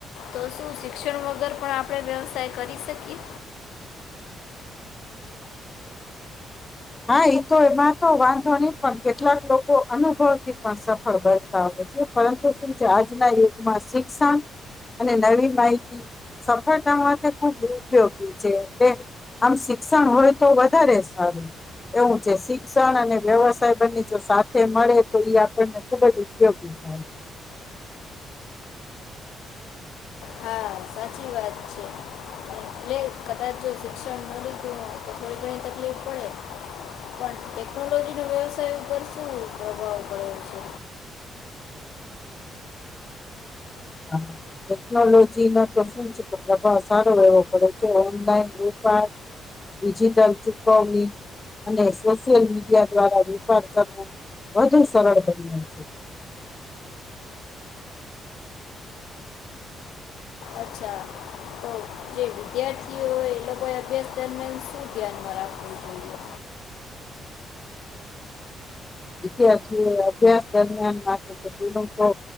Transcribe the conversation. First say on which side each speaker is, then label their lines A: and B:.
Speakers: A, on the left; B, on the left.
A: તો શું શિક્ષણ વગર પણ આપણે વ્યવસાય કરી શકી
B: હા ઈ તો એમાં તો વાંધો નઈ પણ કેટલાક લોકો અનુભવથી પણ સફળ બન તા હોય છે પરંતુ શું છે આજના યુગમાં શિક્ષણ અને નવી માહિતી સફળતા માટે ખૂબ ઉપયોગી છે <unintelligible> આમ શિક્ષણ હોય તો વધારે સારું એવું છે શિક્ષણ અને વ્યવસાય બંને જો સાથે મળે તો ઈ આપણને ખૂબ જ ઉપયોગી <inaudible>
A: હા સાચી વાત છે. લે કદાચ જો શિક્ષણ ન લીધું <inaudible> તો થોડી ઘણી તકલીફ પડે. પણ ટેકનોલોજીનો વ્યવસાય ઉપર શું પ્રભાવ પડ્યો છે.
B: <unintelligible> ટેકનોલોજીના તો શું છે કે પ્રભાવ સારો એવો પડે છે ઓનલાઈન વેપાર ડિજટલ ચૂકવની અને સોશિયલ મીડિયા દ્વારા વિપાર કરવો. વધુ સરળ બન્યો છે.
A: અચ્છા તો તે વિદ્યાર્થીઓ એ એ લોકોએ અભ્યાસ દરમિયાન શું ધ્યાનમાં રાખવું જોઈએ
B: વિદ્યાર્થીઓ એ અભ્યાસ દરમિયાન માટે તો <unintelligible> તો